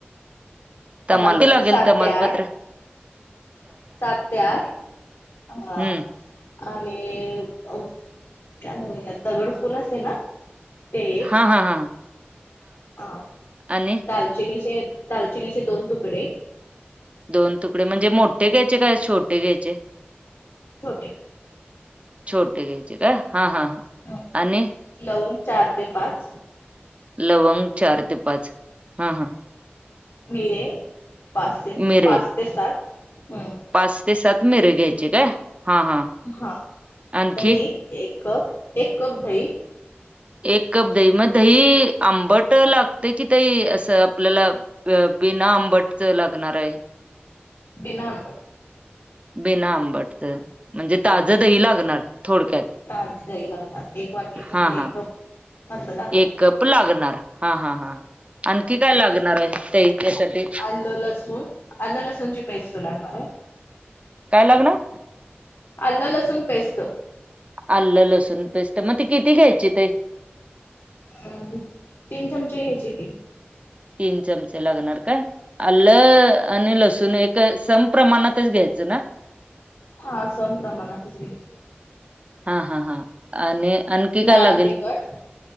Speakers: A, on the right; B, on the left.
A: तमाल
B: तमालपत्री
A: किती लागेल
B: सात
A: तमालपत्र
B: ते आठ सात ते आठ हा.
A: हम्म
B: आणि फ काय म्हणतात त्याला दगड फुल असेल ना ते.
A: हा हा हा हा.
B: हा
A: आणि
B: दालचिनीचे दालचिनीचे दोन तुकडे
A: दोन तुकडे म्हणजे मोठे घ्यायचे काय छोटे घ्यायचे?
B: छोटे.
A: छोटे घ्यायचे का हा हा हा
B: हं.
A: आणि
B: लवंग चार ते पाच
A: लवंग चार ते पाच हा हा
B: मिरे पाच ते
A: मिरे
B: पाच ते सात हम्म.
A: पाच ते सात मिरे घ्यायचे काय हा हा.
B: हा
A: आणखी
B: दही एक कप एक कप दही.
A: एक कप दही मग दही आंबट लागते कि ताई असं आपल्याला अ बिना आंबटच लागणार आहे.
B: बिना आंबट.
A: बिना आंबटचं म्हणजे ताजं दही लागणार थोडक्यात
B: ताज दही लागणार एक वाटी म्हणजे
A: हा हा
B: एक अस दांगली.
A: एक कप लागणार हा हा हा हा आणखी काय लागणार आहे ते त्यासाठी
B: आल लसुन आलं लसूण ची पेस्ट लागणार आहे.
A: काय लागणार?
B: अल्लं लसूण पेस्ट.
A: आलं लसूण पेस्ट मग ती किती घ्यायची ताई.
B: अ तीन चमचे घ्यायची की.
A: तीन चमचे लागणार काय आलं आणि लसूण एक समप्रमाणातच घ्यायचं ना?
B: हा समप्रमाणातच घ्यायच.
A: हा हा हा आणि आणखी
B: लाल
A: काय लागेल.
B: तिखट